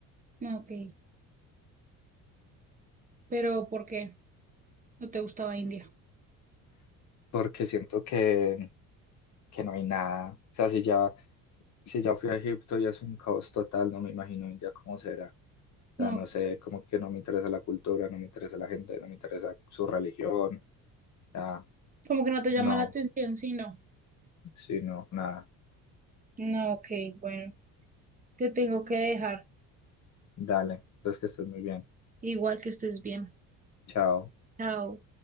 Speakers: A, on the right; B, on the left.
A: no, ok. Pero ¿por qué no te gustaba India?
B: Porque siento que que no hay nada. O sea, si ya, si ya fui a Egipto y es un caos total, no me imagino India cómo será.
A: No,
B: O sea, no
A: ok.
B: sé, como que no me interesa la cultura, no me interesa la gente, no me interesa su religión. Ya,
A: como que no te llama
B: no,
A: la atención, sí, no.
B: sí, no, nada.
A: No, ok, bueno. Te tengo que dejar.
B: Dale, entonces que estés muy bien.
A: Igual que estés bien.
B: Chao.
A: Chao.